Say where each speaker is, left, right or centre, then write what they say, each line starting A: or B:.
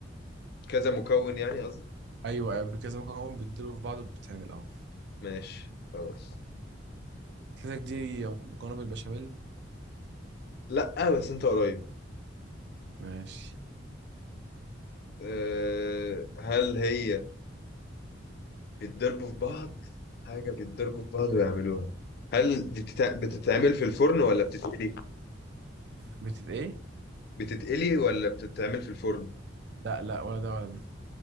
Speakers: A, on the left; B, on the right.
A: كذا مكون يعني
B: ايوه ايوه كذا مكرونة بتدلوا في بعض وبتتعمل اه
A: ماشي خلاص
B: اكلتك دي مكرونة بالبشاميل
A: لا بس انت قريب
B: ماشي
A: أه هل هي بيتضربوا في بعض حاجة بيتضربوا في بعض ويعملوها هل دي بتتع... بتتعمل في الفرن ولا بتتقلي
B: بتت ايه
A: بتتقلي ولا بتتعمل في الفرن
B: لا لا ولا ده ولا ده